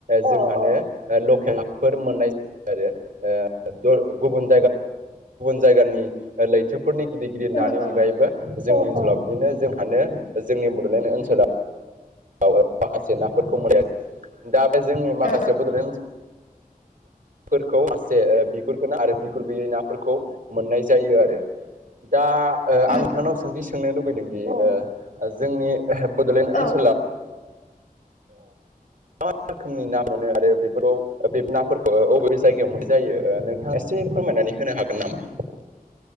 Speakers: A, on the right; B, on the left.
A: जोंहानो ओ लकेल नाफोर मोननाय जायो आरो <unintelligible> गुबुन जायगानि लैथोफोरनि गिदिर गिदिर
B: ओ
A: नानि
B: ओ
A: अनगायैबो जोंनि ओनसोलाव बिदिनो जोंहानो जोंनि बडलेण्ड ओनसोलाव आव माखासे नाफोरखौ मोनै दा बे जोंनि माखासे
B: ओ
A: बडलेण्ड फोरखौ मासे बिगुरगोनां आरो बिगुर गैयै नाफोरखौ मोननाय जायो आरो। दा आं
B: उम
A: नोंथांनाव सोंथि सोंनो लुबैदोंदिओ जोंनि बडलेण्ड
B: औ
A: ओनसोल
B: ओ
A: <unintelligible> रोखनि ना मोनो आरो बेफोराव बे नाफोरखौ बबे जायगायाव मोन जायो नोंथाङा एसे फोरमायनानै होनो हागोन नामा?